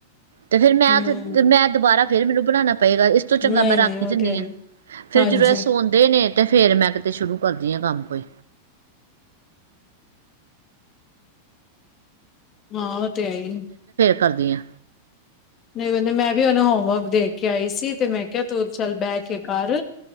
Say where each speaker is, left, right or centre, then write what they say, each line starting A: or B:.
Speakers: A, on the right; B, on the left.
A: ਤੇ ਫੇਿਰ ਮੈਂ
B: ਹੂੰ
A: ਮੈਂ ਦੁਬਾਰਾ ਫਿਰ ਮੈਨੂੰ ਬਉਣਾ ਪਏਗਾ ਇਸ ਤੋਂ ਚੰਗਾ
B: ਨਹੀਂ
A: ਮੈਂ ਰੱਖ
B: ਨਹੀਂ ਉਹ
A: ਦਦੀ
B: ਤੇ ਹੈ
A: ਹਾਂ
B: ਹੀ
A: ਫੇਰ
B: ਹਾਂਜੀ।
A: ਜਦੋਂ ਇਹ ਸੌਦੇ ਨੇ ਤੇ ਫੇਰ ਮੈਂ ਕਿਤੇ ਸ਼ੁਰੂ ਕਰਦੀਆਂ ਕੰਮ ਕੋਈ
B: ਹਾਂ ਉਹ ਤੇਈ
A: ਕਰਦੀਆਂ
B: ਨਹੀਂ ਬਦੇ ਮੈਂ ਵੀ ਉਹਨੂੰ ਹੋਮਵਰਕ ਦੇ ਕੇ ਆਈ ਸੀ ਤੇ ਮੈਂ ਕਿਹਾ ਤੂੰ ਚੱਲ ਬਹਿ ਕੇ ਕਰ